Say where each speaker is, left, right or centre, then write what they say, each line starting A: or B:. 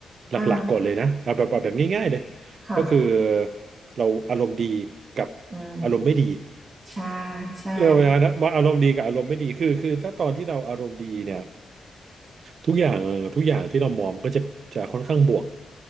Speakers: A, on the right (about 65°); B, on the right (about 30°).
A: หลักๆก่อนเลยนะเอาแบบเอาแบบง่ายๆเลย
B: อ่าค่ะ
A: ก็คือเราอารมณ์ดีกับ
B: อืม
A: อารมณ์ไม่ดี <laughs>
B: ใช่ใช่
A: เรื่องปะาณนั้นว่าอารมณ์ดีกับอารมณ์ไม่ดีคือคือถ้าตอนที่เราอารมณ์ดีเนี่ยทุกอย่างทุกอย่างที่เรามองมันก็จะจะค่อนข้างบวก